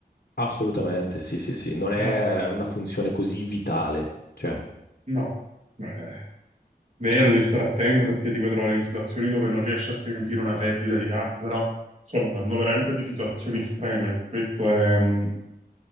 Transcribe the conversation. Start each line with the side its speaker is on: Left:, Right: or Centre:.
Left: assolutamente, sì, sì, sì, non è
Right: no,
Left: una funzione così vitale, cioè...
Right: no. Eh, vero,
Left: Certo.
Right: devi stare attento perché ti puoi trovare in situazioni dove non riesci a sentire una perdita di cassa, però sto parlando veramente di situazioni estreme. Questo è, mh,